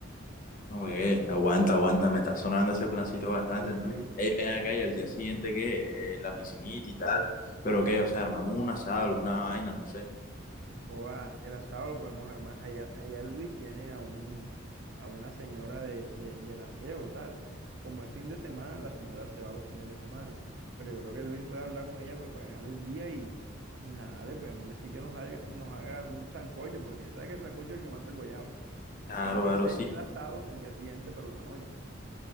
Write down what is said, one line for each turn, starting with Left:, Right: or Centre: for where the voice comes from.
Left: No, güey, aguanta, aguanta, me está sonando ese plancito bastante,
Right: Sí,
Left: entonces,
Right: sí.
Left: hey, ven acá y al día siguiente, que la piscinita y tal, pero qué, o sea, armamos un asado, alguna vaina, no sé.
Right: Joda, el asado lo podemos armar. Allá, allá Luis tiene a un, a una señora de, de, del aseo, tal. Como es fin de semana, la señora se va los fines de semana. Pero yo creo que Luis puede hablar con ella para pagar el día y, y nada, le podemos decir que nos haga, nos haga un sancocho, porque sabes que el sancocho es el que mata el guayabo.
Left: Claro,
Right: Podemos
Left: claro,
Right: hacer
Left: sí,
Right: el asado el día siguiente, pero en la noche.